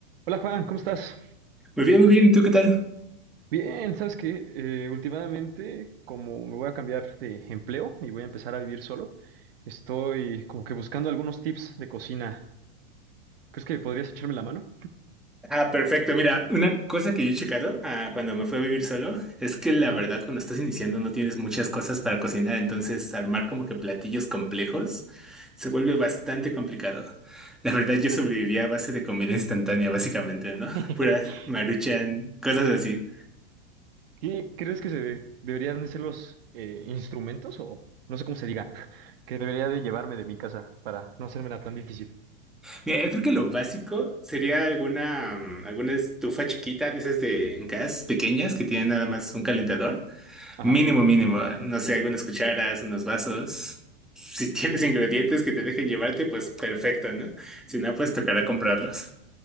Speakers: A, on the right; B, in the centre.
A: Hola Juan, ¿cómo estás?
B: Muy bien, muy bien. ¿Y tú qué tal?
A: Bien, sabes que últimamente, como me voy a cambiar de empleo y voy a empezar a vivir solo, estoy como que buscando algunos tips de cocina. ¿Crees que podrías echarme la mano?
B: Ah, perfecto. Mira, una cosa que yo he checado ah, cuando me fui a vivir solo es que la
A: Ajá.
B: verdad cuando estás iniciando no tienes muchas cosas para cocinar, entonces armar como que platillos complejos se vuelve bastante complicado. La verdad yo sobrevivía a base de comida instantánea, básicamente, ¿no?
A: <laughs>
B: Pura Maruchan, cosas así.
A: ¿Qué crees que se de- deberían ser los eh, instrumentos o no sé cómo se diga, <laughs> que debería de llevarme de mi casa para no hacérmela tan difícil?
B: Mira, yo creo que lo básico sería alguna, mm, alguna estufa chiquita de esas de gas pequeñas que tienen nada más un calentador.
A: Ajá.
B: Mínimo, mínimo. No sé, algunas cucharas, unos vasos. Si tienes ingredientes que te dejen llevarte, pues perfecto, ¿no? Si no, pues tocará comprarlos.